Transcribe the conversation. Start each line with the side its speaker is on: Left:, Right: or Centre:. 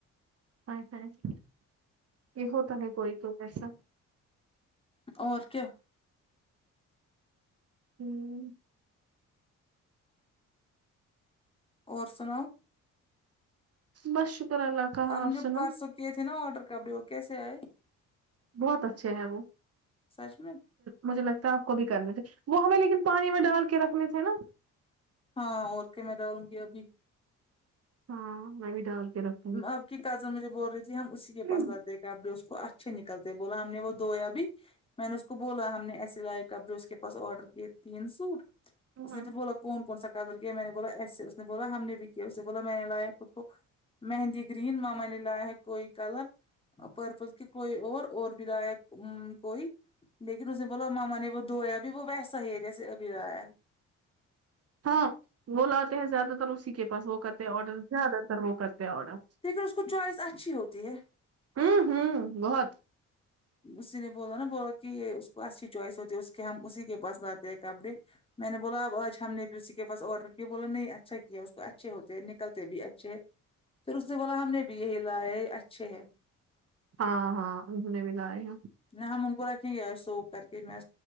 Right: <unintelligible> یہ ہوتا ہے کوئی تو ایسا
Left: اور کیا
Right: <unintelligible>
Left: اور سناؤ
Right: بس شکر اللہ کا
Left: آپ جو
Right: سناؤ
Left: پرسوں کیے تھے نا آڈر کپڑے وہ کیسے آئے
Right: بہت اچھے ہیں وہ
Left: سچھ میں
Right: مجھے لگتا ہے آپ کو بھی کرنے تھے وہ ہمیں لیکن پانی میں ڈال کے رکھنے تھے نا
Left: ہاں اور کیا میں دالونگی ابھی
Right: ہاں میں بھی ڈال کے رکھی
Left: آپ کی کازن مجھے بول رہی تھی ہم اسی
Right: گی
Left: کے پاس جاتے کپڑے اس کو اچھے نکلتے بولا ہم نے وہ دھویا بھی میں نے اس کو بولا ہم نے ایسے لائے کپڑے اس کے پاس آرڈر کیے تین سوٹ اس
Right: ہاں
Left: نے تو بولا کون کون سا کلر کے ہے میں نے بولا ایسے اس نے بولا ہم نے بھی کیا اسے بولا میں نے لایا خود کو مہندی گرین ماما نےلایا ہے کوئی کلر پرپل کی کوئی اور اور لائے ہمم کوئی لیکن اس نے بولا ماما نے وہ دھویا بھی وہ ویسا ہی ہے جیسے ابھی لایا ہے
Right: ہاں وہ لاتے ہیں زیادہ تر اسی کے پاس وہ کرتے ہیں آڈر زیادہ تر وہ کرتے ہیں آڈر
Left: پھر تو اس کو چوائس اچھی ہوتی ہے
Right: ہوں ہوں بہت
Left: اسی نے بولا نا بولا کہ اس کو اچھی چوائس ہوتی ہے اس کے ہم اسی کے پاس لاتے ہیں کپڑے میں نے بولا اب آج ہم نے بھی اسی کے پاس آڈر کیا بولا نہیں اچھا کیا اس کو اچھے ہوتے نکلتے بھی اچھے پھر اس نے بولا ہم نے بھی یہی لائے اچھے ہے
Right: ہاں ہاں انہوں نے بھی لائے ہیں
Left: نہ ہم ان کو رکھینگے آ سوک کر کے میں